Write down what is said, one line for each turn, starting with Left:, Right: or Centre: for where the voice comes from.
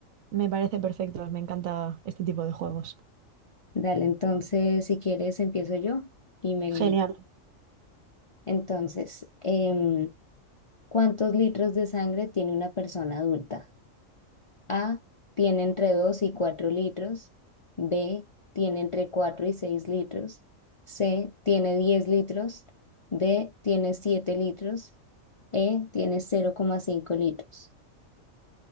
Right: Me parece perfecto, me encanta este tipo de juegos.
Left: Dale, entonces si quieres empiezo yo y me...
Right: Genial.
Left: Entonces, em, ¿cuántos litros de sangre tiene una persona adulta? A. Tiene entre 2 y 4 litros. B. Tiene entre 4 y 6 litros. C. Tiene 10 litros. D. Tiene 7 litros. E. Tiene cero coma cinco litros.